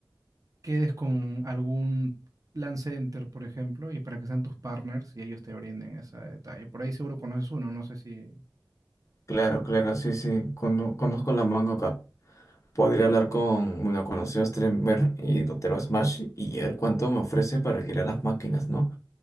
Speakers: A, on the right; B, on the left.
A: quedes con algún plan center, por ejemplo, y para que sean tus partners y ellos te brinden ese detalle. Por ahí seguro conoces uno, no sé si...
B: Claro, claro, sí, sí. cono- conozco la manga acá. Podría hablar con, bueno, conocido streamer y Dotero Smash y ver cuánto me ofrece para alquilar las máquinas, ¿no?